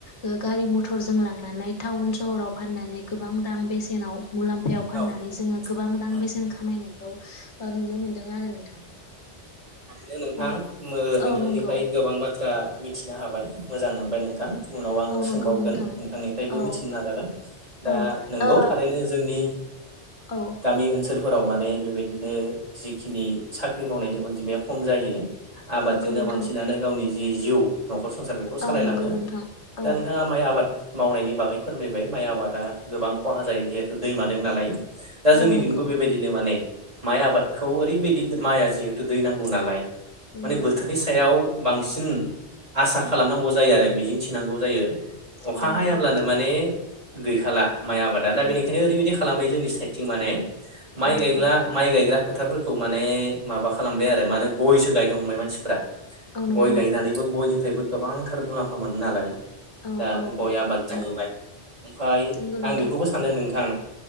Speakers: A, on the left (about 75°); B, on the right (about 35°).
A: ओ गारि मथर जों लांनानै टाउन सहराव फाननानै गोबां रां बेसेनाव मुलाम्फायाव
B: औ
A: फाननानै जोङो गोबां
B: औ
A: रां बेसेन खामायनायखौ ओ नुनो मोन्दों आरो नोंथां
B: थारैनो नोंथां
A: औ
B: मो नोंथांनिफ्राय
A: औ नंगौ
B: गोबां बाथ थ्रा मिथिनो हाबाय मोजां मोनबाय नोंथां उनाव आङो
A: औ नंगौ
B: सोंबावगोन
A: नोंथां
B: नोंथांनिफ्रायबो
A: औ
B: मिथिनो नाजागोन दा
A: औ
B: नोंगौ
A: ओ
B: थारैनो जोंनि
A: औ
B: गामि ओनसोलफोराव माने बेबायदिनो जिखिनि साख्रि मावनायनि अनजिमाया खम जायो आबादजोंनो
A: नंगौ नोंथां
B: बांसिनानो गावनि जि जिउ न'खर संसार बेखौ सालायलाङो
A: औ नंगौ नोंथां
B: दा
A: औ
B: नोंथाङा माइ आबाद मावनायनि बागै फोरमायबाय माइ आबादा गोबां खहा जायो जिहेथु दैमा दों नालाय दा जोंनि
A: औ नंगौ
B: दिंबो बेबायदिनो माने माइ आबादखौ ओरैबायदि माइआ जिहेतु दै नांगौ नालाय
A: नंगौ
B: माने बोथोरनि
A: नंगौ
B: सो सायाव बांसिन आसा खालामनांगौ जायो आरो मिजिं थिनांगौ जायो अखा
A: औ नंगौ
B: हायाब्लानो
A: नोंथां
B: माने गैखाला माइ आबादा दा
A: औ
B: बेनिखायनो ओरैबायदि खालामबाय जोंनि साइदथिं माने माइ
A: औ
B: गायग्ला
A: नंगौ नोंथां
B: माइ गायग्रा फोथारफोरखौ माने माबा खालामबाय आरो मा होनो गयसो गायनो हमबाय मानसिफ्रा
A: औ नंगौ
B: गय गायनानैबो
A: नोंथां
B: गयनिफ्रायबो गोबांथार मुलाम्फा मोनो नालाय।
A: औ
B: दा
A: औ
B: गय
A: औ
B: आबाद
A: नंगौ
B: जाहैबाय ओमफ्राय
A: नंगौ
B: आं
A: नोंथां
B: बेखौबो सानदों नोंथां।